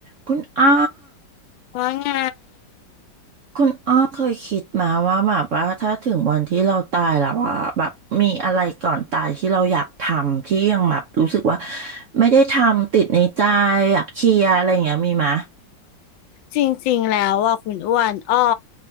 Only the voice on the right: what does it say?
คุณอ้อ
คุณอ้อเคยคิดมาว่าแบบว่าถ้าถึงวันที่เราตายแล้วอะแบบมีอะไรก่อนตายที่เราอยากทำที่ยังแบบรู้สึกว่าไม่ได้ทำติดในใจอยากเคลียร์อะไรอย่างเงี้ยมีไหม